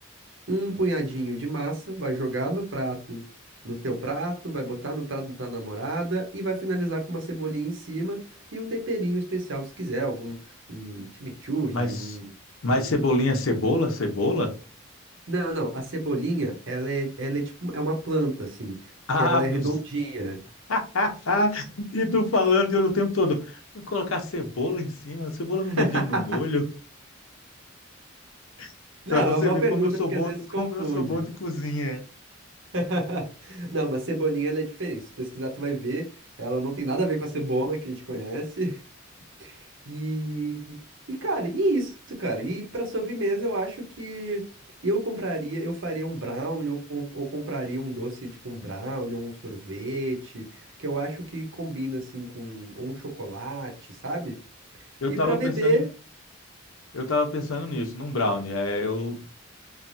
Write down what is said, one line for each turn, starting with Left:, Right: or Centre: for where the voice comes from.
Right: um punhadinho de massa, vai jogar no prato, no teu prato, vai botar no prato da tua namorada e vai finalizar com uma cebolinha em cima e um temperinho especial, se quiser, algum um chimichurri,
Left: Mas,
Right: um
Left: mas cebolinha é cebola? Cebola?
Right: Não, não, a cebolinha, ela é, ela é tipo, é uma planta assim,
Left: Ah,
Right: que ela
Left: meu.
Right: é redondinha.
Left: <laughs> E tu falando eu o tempo todo. Vou colocar cebola em cima. A cebola não devia
Right: <laughs>
Left: ir no molho. <laughs>
Right: Não,
Left: para
Right: é
Left: você
Right: uma boa
Left: ver
Right: pergunta
Left: como eu sou
Right: porque
Left: bom,
Right: às vezes
Left: como
Right: confunde.
Left: eu sou bom de cozinha.
Right: <laughs> Não, mas cebolinha ela é diferente. Se pesquisar, tu vai ver, ela não tem nada a ver com a cebola que a gente conhece. E, e cara, e isso, cara. E pra sobremesa eu acho que eu compraria, eu faria um brownie ou, com- ou compraria um doce tipo um brownie ou um sorvete, que eu acho que combina assim com ou um chocolate, sabe?
Left: Eu
Right: E
Left: tava
Right: pra beber,
Left: pensando, eu tava pensando nisso, num brownie. É, eu